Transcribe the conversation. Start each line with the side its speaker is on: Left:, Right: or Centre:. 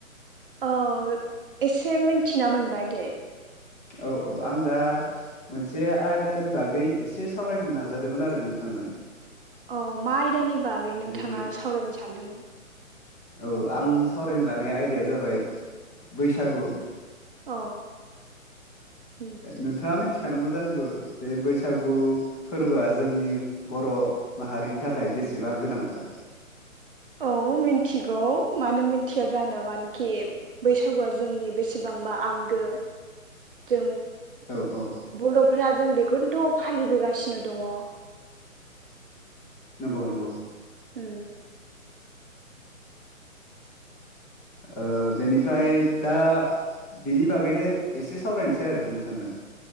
Right: औ एसे मिन्थिना मोनबाय दे।
Left: औ औ आं दा मोनसे आयदानि बागै एसे सावरायनो नाजादोंमोन आरो नोंथांजों।
Right: औ मा आयदानि बागै नोंथाङा
Left: जेरै
Right: सावरायनो सानदों?
Left: औ आं सावरायनो लानाय आयदाया जाबाय बैसागु।
Right: अ उम।
Left: नोंथाङा मि थिखानांगौ जानांगौ बे बैसागु फोर्बोआ जोंनि बर' माहारिनि थाखाय बेसेबां गोनांथार।
Right: औ मिन्थिगौ मानो मिथिया जानो मानोखि बैसागुआ जोंनि बेसेबांबा आंगो जों
Left: औ औ
Right: बर'फोरा जों बेखौनोथ' फालिबोगासिनो दङ।
Left: नंगौ नंगौ।
Right: ओ
Left: ओ बेनिफ्राय दा बेनि बागैनो एसे सावरायनोसै आरो नोंथांजों।